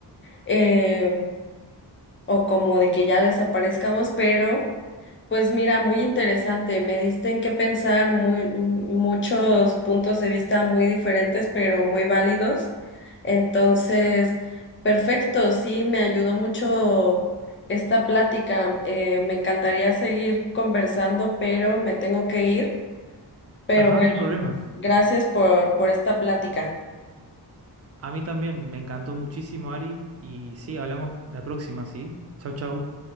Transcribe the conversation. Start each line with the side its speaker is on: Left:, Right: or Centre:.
Left: eh, o como de que ya desaparezcamos, pero pues mira, muy interesante, me diste en qué pensar muy, m- muchos puntos de vista muy diferentes, pero muy válidos. Entonces, perfecto, sí, me ayudó mucho esta plática. eh, me encantaría seguir conversando, pero me tengo que ir. Pero
Right: Ajá,
Left: bueno,
Right: no hay problema.
Left: gracias por, por esta plática.
Right: A mí también me encantó muchísimo, Ari. Y sí, hablamos la próxima, ¿sí? Chau, chau.